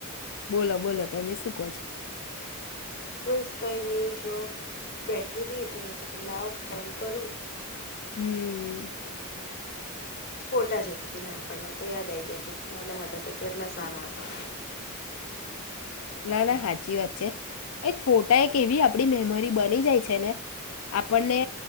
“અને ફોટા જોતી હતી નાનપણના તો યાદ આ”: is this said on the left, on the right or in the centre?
Left